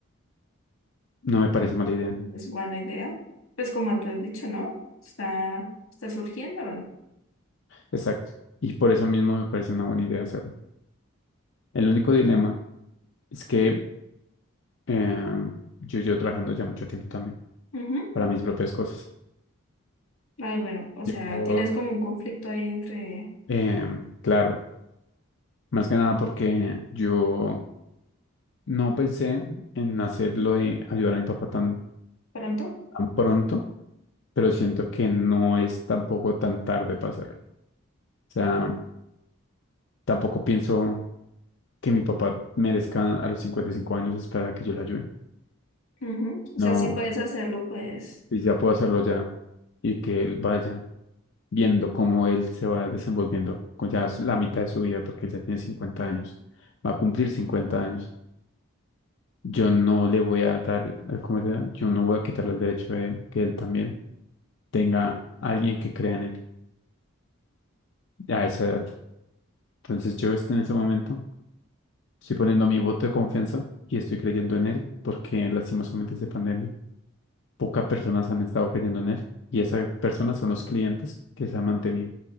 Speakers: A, on the left; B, on the left.
A: No me parece mala idea.
B: es buena idea. Pues como tú has dicho, ¿no? Está, está surgiendo.
A: Exacto. Y por eso mismo me parece una buena idea hacerlo. El único dilema es que eh, yo llevo trabajando ya mucho tiempo también
B: Ujú.
A: para mis propias cosas.
B: Ay, bueno, o sea,
A: Yo,
B: tienes como un conflicto ahí entre
A: em, claro, más que nada porque yo No pensé en hacerlo de ayudar a mi papá tan,
B: pronto.
A: tan pronto, pero siento que no es tampoco tan tarde para hacerlo. O sea, tampoco pienso que mi papá merezca a los 55 años esperar a que yo le ayude.
B: Ujú. O
A: No,
B: sea, sí puedes hacerlo, pues.
A: si ya puedo hacerlo ya y que él vaya viendo cómo él se va desenvolviendo con ya su- la mitad de su vida, porque él ya tiene 50 años, va a cumplir 50 años. Yo no le voy a dar, eh, ¿cómo se llama? Yo no voy a quitarle el derecho a él, que él también. tenga alguien que crea en él a esa edad. Entonces yo este, en ese momento estoy poniendo mi voto de confianza y estoy creyendo en él porque lastimosamente esta pandemia, pocas personas han estado creyendo en él y esas personas son los clientes que se han mantenido.